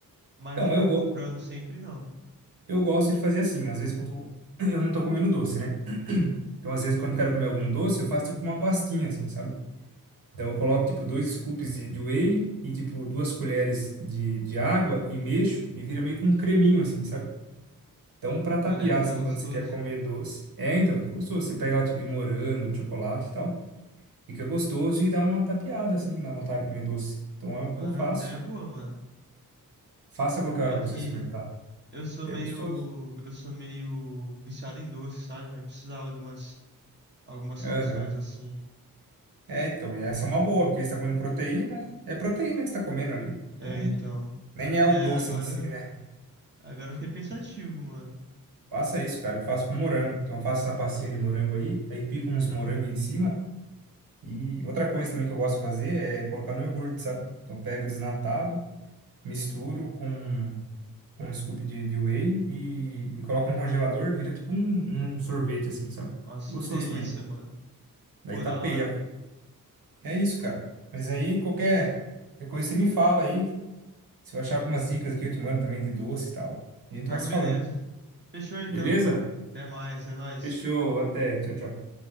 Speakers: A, on the right (about 30°); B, on the right (about 85°).
A: Mas
B: Então,
A: ficar
B: eu, go
A: comprando sempre não.
B: eu gosto de fazer assim, às vezes quando <coughs> <clears throat> eu não tô comendo doce, né? Então, às
A: Uhum.
B: vezes quando eu quero comer algum doce, eu faço tipo uma pastinha assim, sabe? Então, eu coloco tipo dois scoops de, de whey e tipo duas colheres de, de água e mexo e vira meio que um creminho assim, sabe? Então, pra tapear,
A: Pô, deve ficar
B: assim,
A: gostoso.
B: quando você quer comer doce, é, então, fica gostoso. Você pega, tipo, de morango, de chocolate e tal, fica gostoso e dá uma tapeada, assim, na vontade de comer doce. Então, é o
A: Caramba,
B: que eu faço.
A: ideia boa, mano.
B: Faça a qualquer
A: É
B: hora pra
A: que
B: você experimentar.
A: eu sou
B: E
A: meio.
B: é gostoso.
A: Eu sou meio viciado em doce, sabe? Aí precisava de umas algumas soluções
B: Aham.
A: assim.
B: É, então, e essa é uma boa, porque você tá comendo proteína, né? É proteína que você tá comendo ali.
A: É,
B: Então,
A: então.
B: nem é
A: É,
B: o doce
A: agora.
B: em si, né?
A: Agora eu fiquei pensativo, mano.
B: Faça isso, cara. Eu faço com morango. Então, eu faço essa pastinha de morango aí, aí pico uns morangos em cima. E outra coisa também que eu gosto de fazer é colocar no iogurte, sabe? Então, eu pego desnatado. misturo com, com um scoop de, de whey e, e coloco no congelador, vira tipo um, um sorvete, assim, sabe?
A: Nossa,
B: Fica gostoso
A: que delícia,
B: também.
A: mano.
B: Daí
A: Pô,
B: tapeia.
A: da hora.
B: É isso, cara. Mas aí qualquer, qualquer coisa você me fala aí. Se eu achar algumas dicas aqui, eu te mando também de doce e tal. A gente
A: Não,
B: vai se
A: beleza.
B: falando.
A: Fechou então,
B: Beleza?
A: mano. Até mais, é nóis.
B: Fechou. Até. Tchau, tchau.